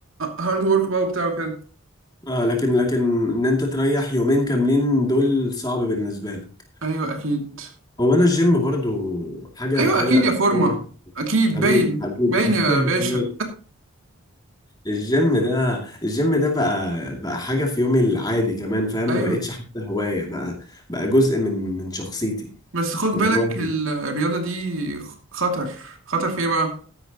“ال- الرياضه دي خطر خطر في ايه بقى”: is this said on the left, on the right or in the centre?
Right